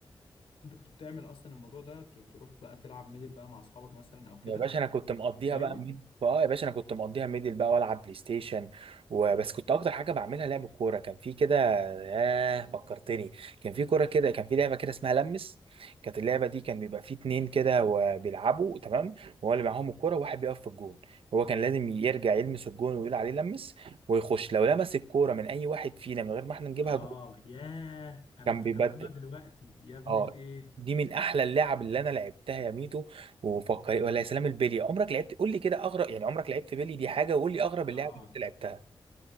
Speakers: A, on the left; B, on the right.
A: انت كنت بتعمل اصلا الموضوع ده ت- تروح بقى تلعب ميدل بقى مع اصحابك مثلا او كده
B: يا باشا انا كنت مقضيها
A: في سايبر
B: بقى ميد اه يا باشا انا كنت مقضيها ميدل بقى والعب بلاي ستيشن وبس كنت اكتر حاجه بعملها لعب الكوره كان في كده ياه فكرتني كان في كوره كده كان في لعبه كده اسمها لمس كانت اللعبه دي كان بيبقى في اتنين كده وبيلعبوا تمام وهو اللي معاهم الكوره وواحد بيقف في الجون هو كان لازم يرجع يلمس الجون ويقول عليه لمس ويخش لو لمس الكوره من اي واحد فينا من غير ما احنا نجيبها
A: اه
B: جون
A: ياه انا
B: كان
A: افتكرتها
B: بيبدل
A: دلوقتي يا ابن
B: اه
A: الايه
B: دي من احلى اللعب اللي انا لعبتها يا ميتو وفكر ولا يا سلام البلي عمرك لعبت قول لي كده اغرب يعني عمرك لعبت بلي دي حاجه وقول لي اغرب اللعب
A: اه
B: اللي انت لعبتها